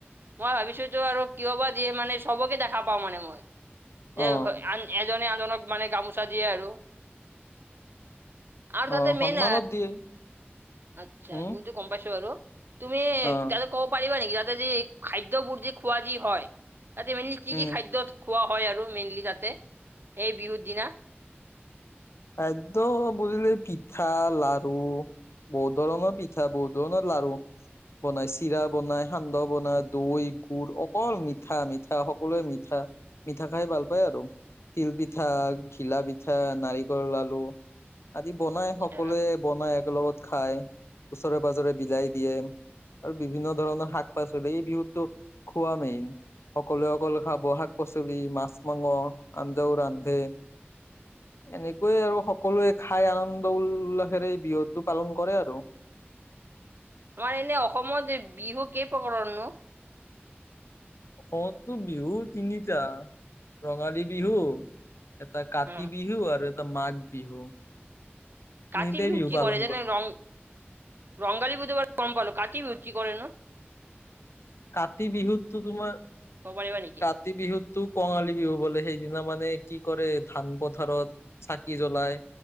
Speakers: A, on the right; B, on the left.
A: মই ভাবিছোতো আৰু কিয় বা দিয়ে মানে সবকে দেখা পাওঁ মানে মই যেন
B: অ
A: এজনে জনক মানে গামোচা দিয়ে আৰু আৰু তাতে
B: অ
A: মেইন
B: সন্মানত দিয়ে
A: আচ্ছা
B: উম
A: দইতো গম পাইছো আৰু তুমি
B: অ
A: তাতে ক'ব পাৰিবা নেকি যাতে যি খাদ্য বোৰ যি খোৱা যি হয় তাতে মেনি কি
B: উম
A: কি খাদ্য খোৱা হয় আৰু মেইনলি যাতে এই বিহুৰ দিনা?
B: খাদ্য বুজিলে পিঠা, লাৰু, বহু ধৰনৰ পিঠা বহু ধৰনৰ লাৰু বনাই চিৰা বনাই সান্দহ বনাই দৈ গুৰ অকল মিঠা মিঠা সকলোৱে মিঠা মিঠা খাই ভাল পায় আৰু তিল পিঠা, ঘিলা পিঠা, নাৰিক কল লাডো আদি বনাই
A: আচ্ছা
B: সকলোৱে বনাই। লগত খাই ওচৰে পাজৰে বিলাই দিয়ে। আৰু বিভিন্ন ধৰণৰ শাক পাচলি এই বিহুতটো খোৱা মেইন সকলোৱে সকলে খাব শাক পাচলি মাছ মাংস আঞ্জাও ৰান্ধে এনেকে ক আৰু সকলোৱে খাই আনন্দ উল্লাসেৰে বিহুটো পালন কৰে আৰু
A: আমাৰ এনে অসমত বিহু কেই প্ৰকাৰৰ নো?
B: অসমততটো বিহু তিনিটা ৰঙালী বিহু এটা কাতি
A: উম
B: বিহু আৰু এটা মাঘ বিহু তিনিটাই
A: কাতি বিহুত
B: বিহু
A: কি
B: পালন
A: কৰে যোন ৰং ৰংগালী বিহুত এবাৰ গম পালো কাতি বিহুত কি কৰে নো?
B: কাতি বিহুততো তোমাৰ
A: ক'ব পাৰিবা নেকি
B: কাতি বিহুতো কঙালী বিহু বোলে সেইদিনা মানে কি কৰে ধান পথাৰত চাকি জ্বলাই